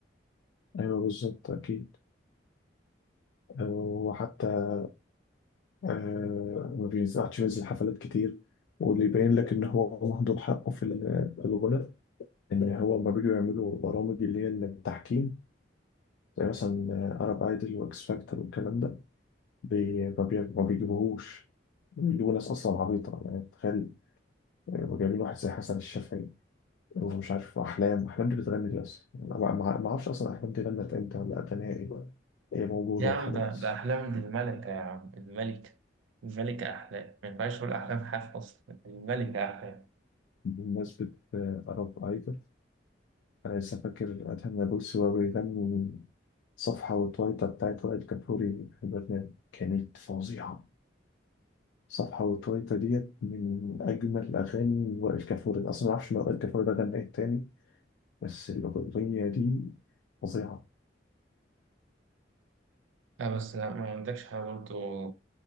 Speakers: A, on the left; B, on the right.
A: أيوة بالظبط أكيد آه، وحتى آه ما بينزعش ينزل حفلات كتير واللي يبين لك ان هو مهدور حقه في ال- في الغنى ان هو لما بيجوا يعملوا برامج اللي هي التحكيم زي مثلا ارب ايدل واكس فاكتور والكلام ده بي- ما بي- ما بيجيبوهوش بيجيبوا ناس اصلا عبيطه يعني تخيل آه، جايبين واحد زي حسن الشافعي ومش عارف احلام احلام دي بتغني دي اصلا أنا ما ما- ما اعرفش اصلا احلام دي غنت امتى ولا اغانيها ايه هي موجوده
B: يا عم
A: وخلاص
B: ده, ده أحلام الملكة يا عم الملكة الملكة أحلام ما ينفعش تقول أحلام حاف أصلا الملكة أحلام
A: بمناسبه ارب ايدل أنا لسه فاكر أدهم نابلسي وهو بيغني صفحة وتويتا بتاعت وائل كفوري في البرنامج كانت فظيعة صفحة وتويتا ديت من أجمل أغاني وائل كفوري أصلا معرفش لو وائل كفوري ده غنى إيه تاني بس الأغنية دي فظيعة
B: لا بس لا ما عندكش حاجة برضو